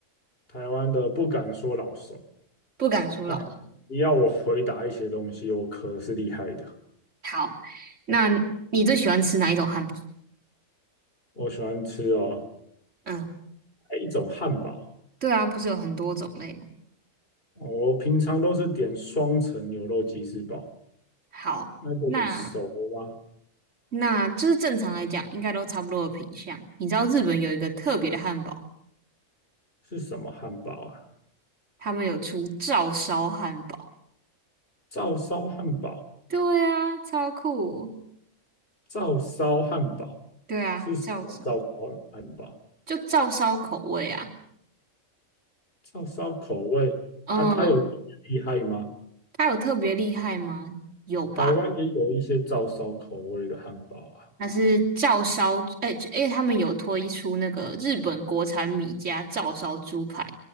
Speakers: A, on the left; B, on the right.
A: 台湾的不敢说老熟，
B: 不敢说老熟。
A: 但你要我回答一些东西，我可是厉害的。
B: 好，那你最喜欢吃哪一种汉堡？
A: 我喜欢吃哦，
B: 嗯，
A: 一种汉堡，
B: 对啊，不是有很多种类吗？
A: 我平常都是点双层牛肉吉士堡，
B: 好，
A: 那个你熟吗？
B: 那那就是正常来讲，应该都差不多的品相。你知道日本有一个特别的汉堡，
A: 是什么汉堡啊？
B: 他们有出照烧汉堡。
A: 照烧汉堡。
B: 对啊，超酷。
A: 照烧汉堡
B: 对啊，
A: 是什么？
B: 照烧
A: 照烧汉堡，
B: 就照烧口味啊。
A: 照烧口味那它有这么厉害吗？
B: 嗯，它有特别厉害吗？有吧？
A: 台湾也有一些照烧口味的汉堡啊。
B: 它是照烧，哎、就哎、他们有推出那个日本国产米家照烧猪排，